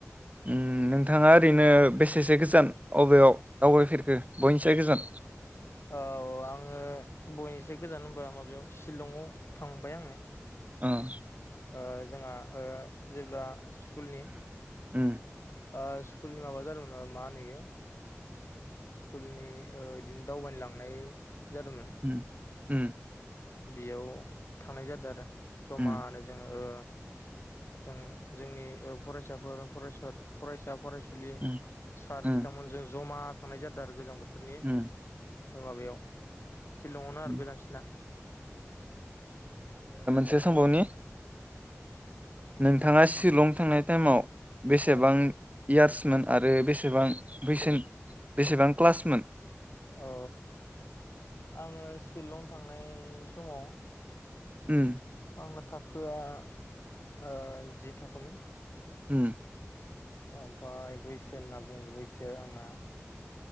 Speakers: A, on the right; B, on the left.
A: उम नोंथाङा ओरैनो बेसेसो गोजान अबेयाव दावबायफेरखो बयनिसाय गोजान?
B: औ आङो बयनिसाय गोजान होनबा माबायाव शिलंआव थांबाय आङो।
A: उम
B: ओ जोंहा ओ जेब्ला सु स्कुलनि
A: उम
B: ओ स्कुलनि माबा जादोंमोन ना होनो इयो स्कुलनि बिदिनो दावबायनो लांनाय जादोंमोन
A: उम उम
B: बेयाव थांनाय जादों आरो। जमानो
A: उम
B: जोङो ओ जों जोंनि ओ फरायसाफोर फरायसर फरायसा फरायसु सुलि
A: उम
B: सार
A: उम
B: बिथांमोनजों जमा। थांनाय जादों आरो गोजां बोथ थोरनि।
A: उम
B: दोंङो बेयाव। सिलंआवनो आरो
A: उम
B: गोजांसिना।
A: से समावनो। नोंथाङा सिलं थांनाय टाइमाव। बेसेबां।
B: औ
A: इयार्समोन आरो बेसेबां बैसोन बेसेबां क्लासमोन।
B: अ आङो सिलं थांनाय समाव।
A: ओम।
B: आंना थाखोआ ओ जि थाखोमोन।
A: ओम।
B: ओ ओमफ्राय बैसो होनना बुंङो बैसो आंना।